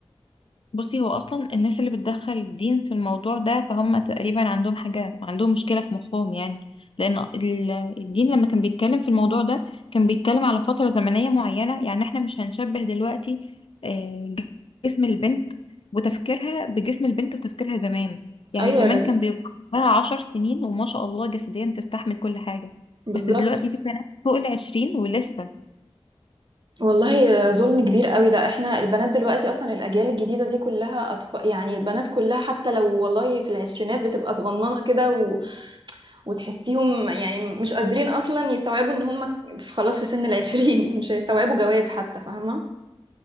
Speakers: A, on the left (about 60°); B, on the right (about 50°).
A: بصي هو اصلا الناس اللي بتدخل الدين في الموضوع ده فهم تقريبا عندهم حاجه عندهم مشكله في مخهم يعني لان ال- الدين لما كان بيتكلم في الموضوع ده كان بيتكلم على فتره زمنيه معينه يعني احنا مش هنشبه دلوقتي آه، جسم البنت وتفكيرها بجسم البنت وتفكيرها زمان يعني
B: ايوه
A: زمان
B: لأن-
A: كان بيبقى لها عشر سنين وما شاء الله جسديا تستحمل كل حاجه
B: بالظبط
A: بس دلوقتي في بنات فوق العشرين ولسه
B: والله ظلم كبير قوي ده احنا البنات دلوقتي اصلا الاجيال الجديده دي كلها اطفال يعني البنات كلها حتى لو والله في العشرينات بتبقى صغننه كده و... وتحسيهم يعني مش قادرين اصلا يستوعبوا ان هم في- خلاص في سن العشرين <laughs> مش هيستوعبوا جواز حتى فاهمه